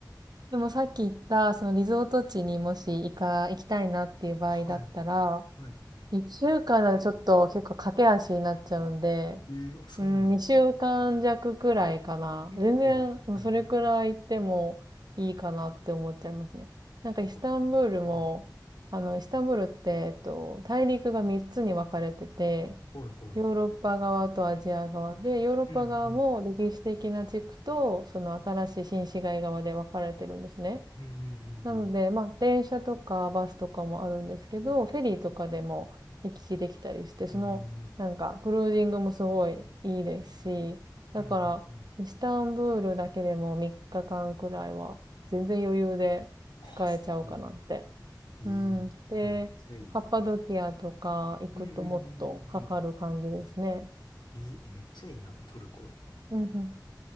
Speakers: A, on the right; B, on the left.
A: でもさっき言った、そのリゾート地にもし行か、行きたいなっていう場合だったら、
B: はい、はい。
A: 一週間だとちょっと結構駆け足になっちゃうんで、
B: えー、あ、そうなんだ。
A: うん、二週間弱くらいかな。
B: 結構、
A: 全然、もうそれくらい行ってもいいかなって思っちゃいますね。
B: はいはいはい。
A: なんかイスタンブールも、
B: あ、はい
A: あの、イスタンブールって、えっと、大陸が三つに分かれてて、
B: はいはい。
A: ヨーロッパ側とアジア側で、ヨーロッパ側も歴史的な地区と、
B: うんうん。
A: その新しい新市街側で分かれてるんですね。
B: うんうん
A: なので、まあ、電車とかバスとかもあるんですけど、フェリーとかでも行き来できたりして、その、
B: うんうん。ええ
A: なんか、クルージングもすごいいいですし、だから、
B: うんうんうん。
A: イスタンブールだけでも3日間くらいは、全然余裕で使えちゃうかなって。
B: あ、すごいな。えええめっちゃいい。
A: うん。で、カッパドキアとか行くともっとかかる感じですね。
B: うんうんうんうんうん。えーえめっちゃいいな、トルコ。
A: うんうん。